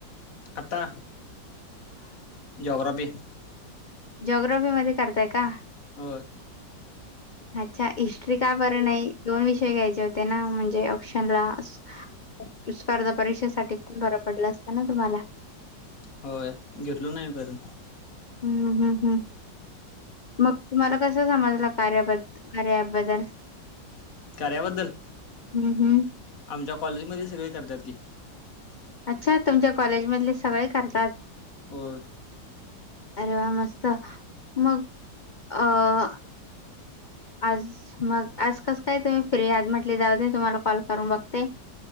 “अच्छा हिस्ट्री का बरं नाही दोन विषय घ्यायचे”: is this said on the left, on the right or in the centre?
Left